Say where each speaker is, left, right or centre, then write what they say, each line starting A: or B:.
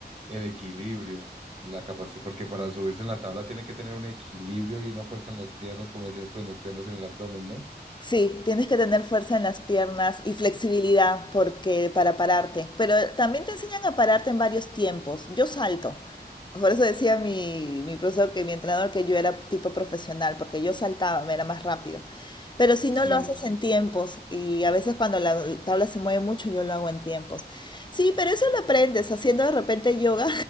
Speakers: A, on the right; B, on the left.
A: el equilibrio, la capacidad, porque para subirse en la tabla tiene que tener un equilibrio y una fuerza en las piernas, como decías tú, en las piernas y en el abdomen, ¿no?
B: sí, tienes que tener fuerza en las piernas y flexibilidad porque para pararte, pero también te enseñan a pararte en varios tiempos. Yo salto. Por eso decía mi, mi profesor que mi entrenador que yo era tipo profesional, porque yo saltaba, me era más rápido. Pero si
A: Sí.
B: no lo haces en tiempos, y a veces cuando la tabla se mueve mucho, yo lo hago en tiempos. Sí, pero eso lo aprendes haciendo de repente yoga,